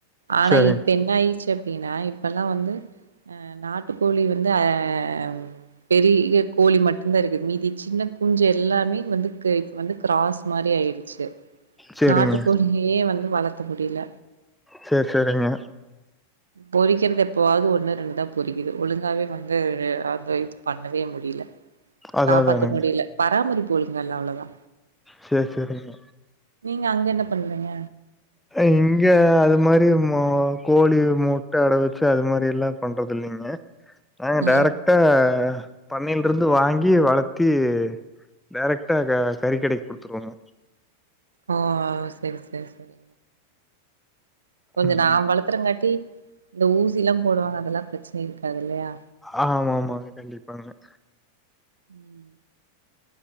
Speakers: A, on the right (about 70°); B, in the centre.
A: ஆனா
B: சேரிங்
A: இப்ப என்ன ஆயிச்சு அப்டின்னா இப்பெல்லா வந்து அ நாட்டுக்கோழி வந்து ஆம் பெரிய கோழி மட்டும்தா இருக்குது மீதி சின்ன குஞ்ச எல்லாமே வந்து இப்ப வந்து கிராஸ் மாரி ஆயிடுச்சு
B: சேரிங்க
A: நாட்டு கோழி ஏ வந்து வளத்த முடியல
B: செர் செரிங்க
A: பொறிக்கிறது எப்பாவது ஒண்ணோ ரெண்டோ பொறிக்குது ஒழுங்காவே வந்து அந்த இத் பண்ணவே முடியல
B: அது
A: காப்பாத்த
B: அதானுங்க
A: முடியல பராமரிப்பு ஒலுங்கா இல்ல அவ்ளாதா
B: செர் செரிங்க
A: நீங்க அங்கே என்ன பண்றீங்க
B: இங்க அது மாதிரி ம்மே கோழி முட்ட அடகு வச்சு அது மாதிரில்லா பண்றது இல்லீங்க ஆ
A: ம்
B: டேரக்டா அ பன்னைல இருந்து வாங்கி வளர்த்தி டேரெக்டா க கறிக்கடைக் குடுத்துருவாங்க
A: ஓ சரி சரி சரி கொஞ்சொ
B: ம்
A: நா வளர்த்தறங்காட்டி இந்த ஊசில்லா போடுவாங்க அதெல்லா பிரச்சன இருக்காது இல்லயா
B: ஆ மாம்மாங்க கண்டிப்பாங்கம்
A: ம்